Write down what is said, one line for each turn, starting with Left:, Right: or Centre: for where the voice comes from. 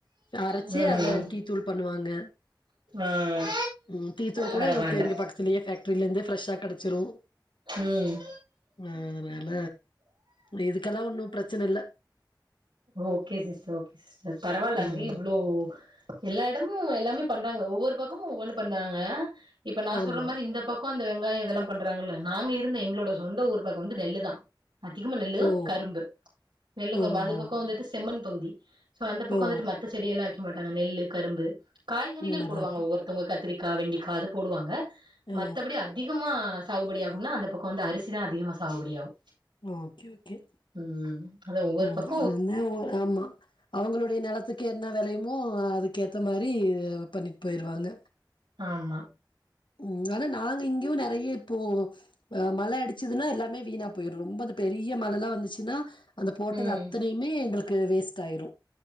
Left: அரச்சி
Right: ம் ம்
Left: அத டீ தூள் பண்ணுவாங்க
Right: ம்
Left: ம் டீத்தூள்
Right: பரவால்ல
Left: கூட எங்களுக்கு எங்க பக்கத்து பக்கத்ல ஃபேக்டரில இருந்து ஃபிரெஷா கிடைச்சிரும்
Right: ம்
Left: ஆ அதனால இதுக்கெல்லா ஒன்னும் பிரச்சன இல்ல
Right: ஓகே சிஸ்டர் ஓகே சிஸ்டர் பரவால்ல அங்கயு
Left: ம்
Right: இவ்ளோ எல்லா இடமும் எல்லாமே பண்றாங்க ஒவ்வொரு பக்கமும் ஒவ்வொன்னு பண்றாங்க இப்ப நா
Left: ஆமா
Right: சொல்ற மாதிரி இந்த பக்கம் கோ அந்த வெங்காயோ இதெல்லா பண்றாங்கல்ல நாங்க இருந்த எங்ளோட சொந்த ஊர் பக்கோ வந்து நெல்லுதா அதிகமா நெல்லு,
Left: ஓ
Right: கரும்பு நெல்லு கர்ம்பு
Left: ஓ ஓ
Right: அது பக்கோ வந்துட்டு செம்மண் பகுதி சோ அந்த பக்கோ
Left: ஓ
Right: வந்துட்டு மத்த செடியெல்லா வெக்க மாட்டாங்க நெல்லு, கரும்பு காய்கறிகள்
Left: இந்த மாரிதா
Right: போடுவாங்க
Left: இருக்கு
Right: ஒவ்வொரு த்தவ்ங்க கத்திரிக்கா, வெண்டிக்கா அது போடுவாங்க
Left: ஆ
Right: மத்தபடி அ திகமா சாகுபடி ஆகும்னா அந்த பக்கோ வந்து அரிசிதா அதிகமா சாகுபடி ஆவு
Left: ஓகே ஓகே
Right: ம் அதா ஒவ்வொரு
Left: ம்
Right: பக்
Left: அது வந்து ஒவ்வொர் ஆமா அவங்களுடைய நெலத்துக்கு என்ன வெளையுமோ அதுக்கேத்த மாரி அ பண்ணீட் போயிருவாங்க
Right: ஆமா
Left: ம் அதா நாங்க இங்கயு நெறைய இப்போ அ மழ அடிச்சுதுனா எல்லாமே வீணா போய்ரு ரொம்போ அது பெரிய மழல்லா வந்துச்சுன்னா அந்த போட்டது
Right: ம்
Left: அத்தனையுமே எங்களுக்கு வேஸ்ட் ஆய்ரு